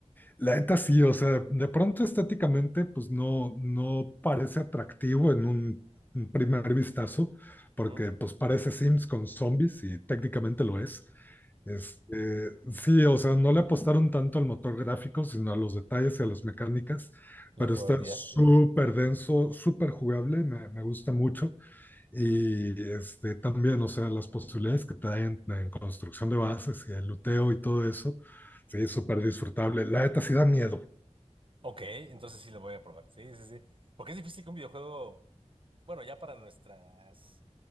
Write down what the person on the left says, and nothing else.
La neta sí, o sea, de pronto estéticamente, pues no, no parece atractivo en un, un primer vistazo, porque
pues parece Sims con zombies y técnicamente lo es. Este, sí, o sea, no le apostaron tanto al motor gráfico, sino a los detalles y a las mecánicas,
pero
está súper
denso, súper jugable, me, me gusta mucho. Y este, también, o sea, las posibilidades que te dan en, en construcción de bases y el luteo y todo eso, sí, súper disfrutable. La neta sí da miedo.